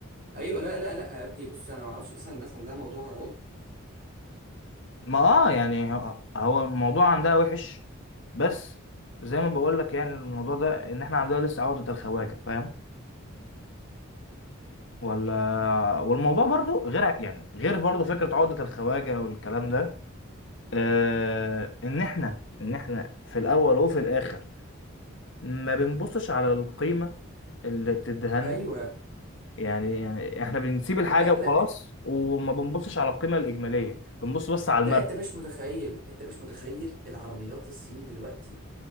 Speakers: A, on the right; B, on the left.
A: ايوه لا لا لا يا ابني بص انا ما اعرفش اصلا الناس عندها موضوع
B: ما آه يعني هو هو الموضوع عندها وحش بس زي ما بقول لك يعني الموضوع ده إن إحنا عندنا لسه عقدة الخواجة فاهم؟ ولا والموضوع برضو غير ع- يعني غير برضو فكرة عقدة الخواجة والكلام ده آه ان احنا ان احنا في الاول وفي الاخر ما بنبصش على القيمة اللي بتديها لنا
A: ايوه
B: يعني يعني احنا بنسيب الحاجة
A: لا
B: وخلاص
A: لا
B: وما بنبصش على القيمة الإجمالية بنبص بس على
A: لا
B: المركب
A: انت مش متخيل انت مش متخيل العربيات الصيني دلوقتي